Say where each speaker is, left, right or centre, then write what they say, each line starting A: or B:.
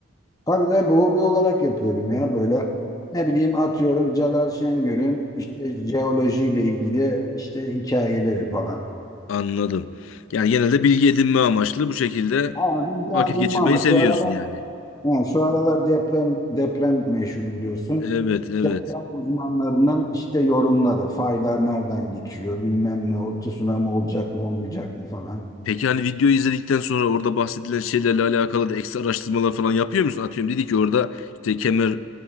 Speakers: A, on the left; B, on the left.
A: Tabii bu hobi olarak yapıyorum ya böyle ne bileyim atıyorum Celal Şengör'ün işte jeolojiyle ilgili işte hikayeleri falan.
B: Anladım. Yani genelde bilgi edinme amaçlı bu şekilde
A: Aldım
B: vakit
A: aldım
B: geçirmeyi
A: ama
B: seviyorsun
A: şu aralar
B: yani.
A: he, şu aralar deprem deprem meşhur biliyorsun.
B: Evet, evet.
A: Deprem uzmanlarının işte yorumları, faylar nereden geçiyor, bilmem ne, o tsunami olacak mı olmayacak mı falan.
B: Peki hani videoyu izledikten sonra orada bahsedilen şeylerle alakalı da ekstra araştırmalar falan yapıyor musun? Atıyorum dedi ki orada işte kemer